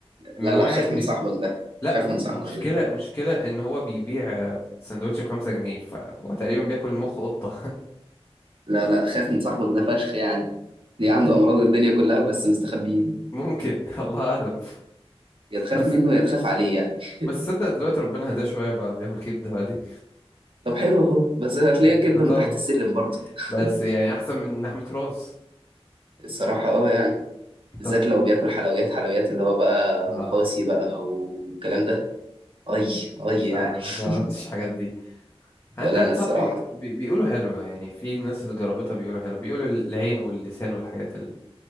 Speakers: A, on the left (about 30°); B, on the right (about 55°).
A: من
B: لا
A: واحد
B: لا خاف من
A: بي...
B: صاحبك ده
A: لا
B: خاف
A: و-
B: من صاحبك
A: ومشكلة
B: ده
A: مشكلة ان هو بيبيع آه، سندوتش بخمسة جنيه فهو تقريبا بياكل مخ قطة
B: لا لا خاف من صاحبك ده فشخ يعني ليه
A: <laughs>
B: عنده امراض الدنيا كلها بس مستخبيين
A: ممكن الله اعلم
B: يا تخاف
A: بس
B: منه يا تخاف عليه يعني
A: بس
B: <laughs>
A: صدق دلوقتي ربنا هداه شوية بقى بياكل كبدة عادي
B: طب حلو اهو بس هتلاقيه
A: يعني
B: كده
A: تطور
B: من تحت السلم برضه
A: بس
B: <laughs>
A: يعني احسن من لحمة راس
B: الصراحة اه يعني بالذات
A: طب
B: لو بياكل حلويات حلويات اللي هو بقى
A: آه
B: مخاصي بقى والكلام ده اي اي يعني
A: آه، ما جربتش
B: <laughs>
A: الحاجات دي عندي
B: ولا
A: واحد
B: انا الصراحه
A: صاحبي بي- بيقولوا حلوة يعني في ناس اللي جربتها بيقولوا حلو بيقولوا العين واللسان والحاجات اللي...